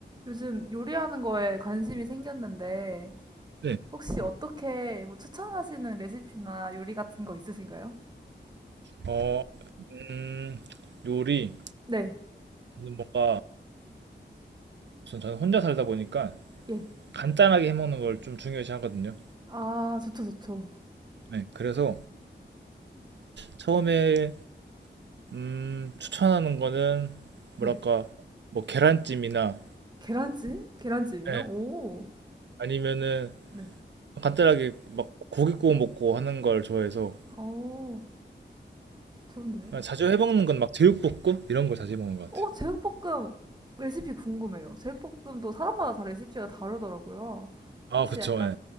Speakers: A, on the right (about 20°); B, on the right (about 70°).
A: 요즘 요리하는 거에 관심이 생겼는데,
B: 네.
A: 혹시 어떻게 뭐 추천하시는 레시피나 요리 같은 거 있으신가요?
B: 어, 음, 요리.
A: 네,
B: 저는 뭔가, 우선 저는 혼자 살다 보니까
A: 예.
B: 간단하게 해먹는 걸 좀 중요시 하거든요.
A: 아, 좋죠, 좋죠.
B: 네. 그래서 처음에, 음, 추천하는 거는, 뭐랄까,
A: 네.
B: 뭐, 계란찜이나,
A: 계란찜? 계란찜이요?
B: 네.
A: 오,
B: 아니면은,
A: 네.
B: 간단하게 막 고기 구워 먹고 하는 걸 좋아해서,
A: 오, 좋은데요?
B: 그냥 자주 해먹는 건 막 제육볶음? 이런 걸 자주 해먹는 것
A: 오,
B: 같아요.
A: 제육볶음 레시피 궁금해요. 제육볶음도 사람마다 다 레시피가 다르더라고요.
B: 아,
A: 혹시
B: 그쵸.
A: 약간
B: 예.